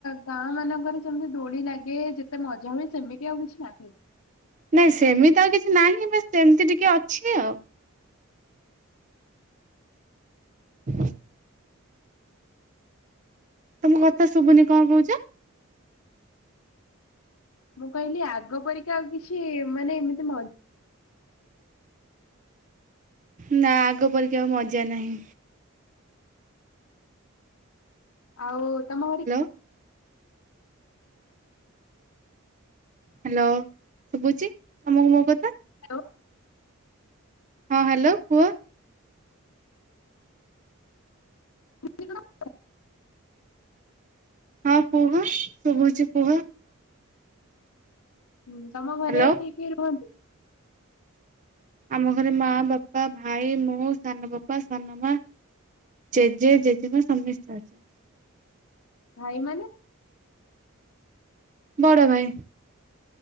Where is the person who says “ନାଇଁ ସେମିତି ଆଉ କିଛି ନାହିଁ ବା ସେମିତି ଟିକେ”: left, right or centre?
Right